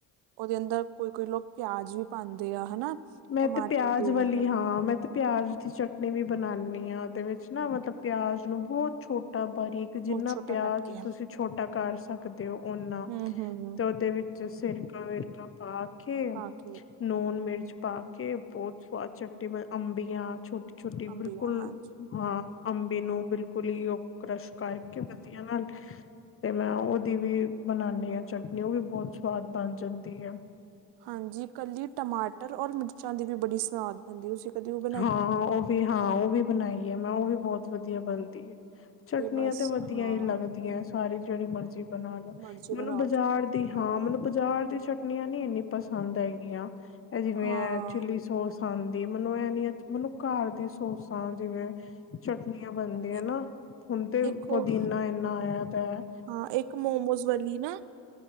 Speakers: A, on the right; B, on the left.
A: ਉਹਦੇ ਅੰਦਰ ਕੋਈ- ਕੋਈ ਲੋਕ ਪਿਆਜ ਵੀ ਪਾਉਦੇ ਆ ਹਨਾ
B: ਮੈਂ
A: ਟਮਾਟਰ
B: ਤੇ ਪਿਆਜ
A: ਦੇ ਉਹਦੇ
B: ਵਾਲੀ
A: ਅੰਦਰ
B: ਹਾਂ ਮੈਂ ਤੇ ਪਿਆਜ ਦੀ ਚਟਨੀ ਵੀ ਬਣਾਉਦੀ ਹਾਂ ਉਹਦੇ ਵਿਚ ਨਾ ਮਤਲਬ ਪਿਆਜ ਨੂੰ ਬਹੁਤ ਛੋਟਾ ਬਾਰੀਕ ਕਿ
A: ਬਹੁਤ
B: ਜਿੰਨਾ
A: ਛੋਟਾ
B: ਪਿਆਜ
A: ਕੱਟ ਕੇ
B: ਤੁਸੀਂ ਛੋਟਾ ਕਰ ਸਕਦੇ ਹੋ ਉਨਾ
A: ਹਮ ਹਮ
B: ਤੇ ਉਹਦੇ ਵਿੱਚ ਤੇ ਸਿਰਕਾ ਵਿਰਕਾ ਪਾ ਕੇ
A: ਪਾ ਕੇ
B: ਲੂਣ ਮਿਰਚ। ਪਾ ਕੇ ਬਹੁਤ ਸਵਾਦ ਚਟਨੀ ਮਤ ਅੰਬੀਆਂ ਛੋਟੀ ਛੋਟੀ
A: ਅੰਬੀਆਂ
B: ਬਿਲਕੁਲ
A: ਹਾਂਜੀ
B: ਹਾਂ ਅੰਬੀ ਨੂੰ ਬਿਲਕੁਲ ਹੀ ਉਹ ਕਸ਼ ਕਰਕੇ ਵਧੀਆ ਨਾਲ। ਤੇ ਮੈ ਉਹਦੀ ਵੀ ਬਣਾਉਦੀ ਹਾਂ ਚਟਨੀ ਉਹ ਵੀ ਬਹੁਤ ਸਵਾਦ ਬਣ ਜਾਦੀ ਹੈ।
A: ਹਾਂਜੀ ਕੱਲੀ ਟਮਾਟਰ ਔਰ ਮਿਰਚਾਂ ਦੀ ਵੀ ਬੜੀ ਸਵਾਦ ਹਾਂਜੀ ਤੁਂ ਕਦੇ <unintelligible>
B: ਹਾਂ- ਹਾਂ ਉਹ ਵੀ ਹਾਂ ਉਹ ਵੀ ਬਣਾਈ ਹੈ। ਮੈ ਉਹ ਵੀ ਬਹੁਤ ਵਧੀਆ ਬਣਦੀ ਹੈ। ਚਟਨੀਆਂ
A: ਬਸ
B: ਤੇ ਵਧੀਆ
A: ਹਾਂ
B: ਹੀ ਲੱਗਦੀਆਂ ਸਾਰੀ ਜਿਹੜੀ ਮਰਜ਼ੀ ਬਣਾ ਲਓ
A: ਮਰਜ਼ੀ
B: ਮੈਨੂੰ
A: ਬਣਾਓ
B: ਬਾਜ਼ਾਰ
A: ਚਟਨੀ ਤੇ।
B: ਦੀ ਹਾਂ ਮੈਨੂੰ ਬਜ਼ਾਰ ਦੀ ਚਟਨੀਆਂ ਨੀ ਇੰਨੀ ਪਸੰਦ ਹੈਗੀਆਂ ਇਹ ਜਿਵੇਂ
A: ਹਾਂ
B: ਹੈ ਚਿੱਲੀ ਸੋਸ। ਮੈਨੂੰ ਇਹ ਇਨਸਾਨੀਅਤ ਘਰ ਦੀ ਸੋਸਾਂ ਜਿਵੇਂ ਚਟਨੀਆਂ ਬਣਦੀਆਂ
A: ਇ-
B: ਨਾ ਹੁਣ ਤੇ
A: ਇੱਕ
B: ਪੁਦੀਨਾ
A: ਉਹ
B: ਇੰਨਾ ਆਇਆ ਪਇਆ।
A: ਹਾਂ ਇੱਕ ਮੋਮੋਜ਼ ਵਾਲੀ ਨਾ